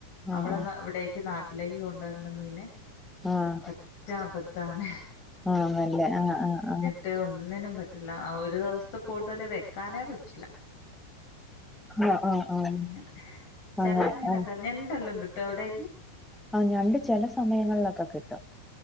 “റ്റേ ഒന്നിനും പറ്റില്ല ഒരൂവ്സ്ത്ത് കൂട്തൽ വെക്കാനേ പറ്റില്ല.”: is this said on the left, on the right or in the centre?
Left